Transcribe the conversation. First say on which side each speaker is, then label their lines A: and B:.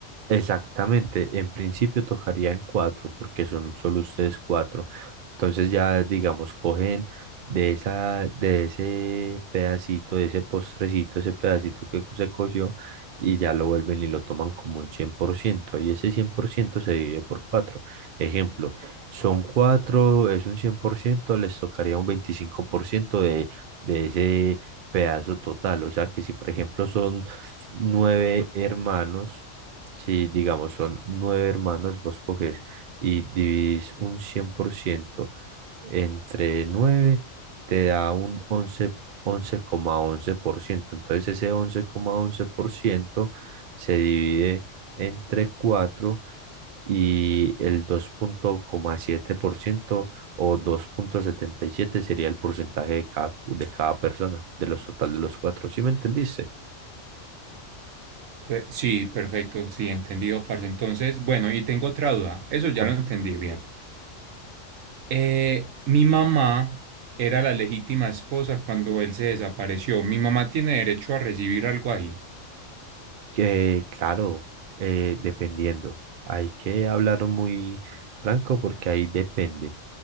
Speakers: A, on the right; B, on the right.
A: exactamente, en principio tocaría en cuatro, porque son solo ustedes cuatro. Entonces ya, digamos, cogen de esa, de ese pedacito, de ese postrecito, ese pedacito que se cogió, y ya lo vuelven y lo toman como un 100% y ese 100% se divide por cuatro. Ejemplo, son cuatro, es un 100% les tocaría un 25% de, de ese pedazo total. O sea que si, por ejemplo, son nueve hermanos, si digamos son nueve hermanos, vos coges y dividís un 100% entre nueve, te da un once once once coma once por ciento Entonces ese once once coma once por ciento se divide entre cuatro y el dos coma siete por ciento o dos coma setenta y siete sería el porcentaje de cada, de cada persona, de los total de los cuatro. ¿Sí me entendiste?
B: eh, sí, perfecto, sí, entendido, parce. Entonces, bueno, y tengo otra duda. Eso ya
A: Con
B: lo entendí bien. Eh, mi mamá era la legítima esposa cuando él se desapareció. Mi mamá tiene derecho a recibir algo ahí.
A: Que claro, eh, dependiendo. Hay que hablar muy franco porque ahí depende.